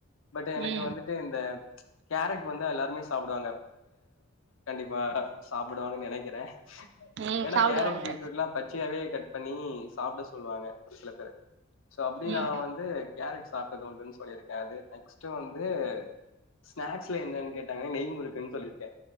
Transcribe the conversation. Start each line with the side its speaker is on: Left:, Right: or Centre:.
Left: பட் எனக்கு
Right: ம்
Left: வந்து இந்த கேரட் வந்து எல்லாருமே சாப்டுவாங்க கண்டிப்பா சாப்டுவாங்கன்னு நெனைக்கிறே
Right: ம்
Left: ஏன்னா
Right: சாப்டுவாங்க
Left: கேரட் பீட்ரூட் எல்லா பச் பச்சியாவே கட் பண்ணி சாப்ட சொல்லுவாங்க ஒரு சில பேரு சோ அப்டி நா
Right: ம்
Left: வந்து கேரட் சாப்ட்டது உண்டுன்னு சொல்லியிருக்கே அது நெக்ஸ்ட்டு வந்து ஸ்நாக்ஸ்ல என்னன்னு கேட்டாங்கன்னா நெய் முறுக்குன்னு சொல்லிருக்க